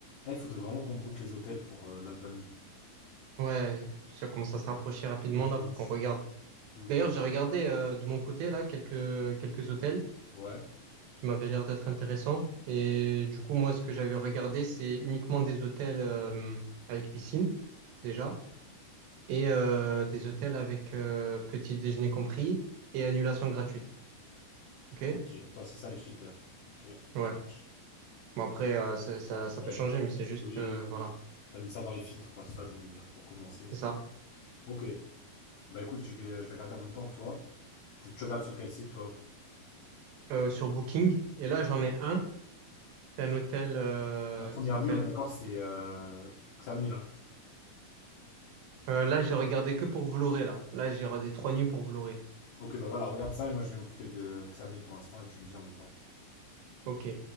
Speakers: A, on the left; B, on the right.
A: Eh, faudrait vraiment qu'on boucle les hôtels pour euh, l'Albanie.
B: Ouais, ça commence à se rapprocher rapidement
A: Ouais,
B: là,
A: de
B: faut
A: ouf.
B: qu'on regarde.
A: De ouf,
B: D'ailleurs,
A: de ouf.
B: j'ai regardé euh, de mon côté là quelques quelques hôtels
A: Ouais,
B: qui m'avaient l'air d'être intéressants. Et du coup, moi, ce que j'avais regardé, c'est uniquement des hôtels euh, avec piscine déjà et euh, des hôtels avec euh, petit déjeuner compris et annulation gratuite. Ok?
A: ok. Toi, c'est ça les critères. Ok, ça
B: Ouais.
A: marche.
B: Bon après, euh, ça, ça ça
A: Ouais.
B: peut changer, mais c'est juste
A: Oui,
B: euh,
A: oui,
B: voilà,
A: oui. T'as mis ça dans les filtres, quoi, c'est ça que je voulais dire, pour commencer.
B: c'est ça.
A: Ok. Bah écoute, je vais, euh, je vais regarder en même temps que toi. Tu tu regardes sur quel site, toi?
B: Euh, sur Booking. Et là,
A: Ok.
B: j'en ai un. C'est un hôtel euh,
A: La première
B: il s'appelle
A: nuit, on est d'accord, c'est euh, Xamil, hein.
B: Euh, là, j'ai regardé que pour Vloré, là. Là, j'ai regardé trois nuits pour Vloré.
A: Ok, bah voilà, regarde ça et moi je vais m'occuper de Xamil pour l'instant et tu me dis en même temps.
B: Ok.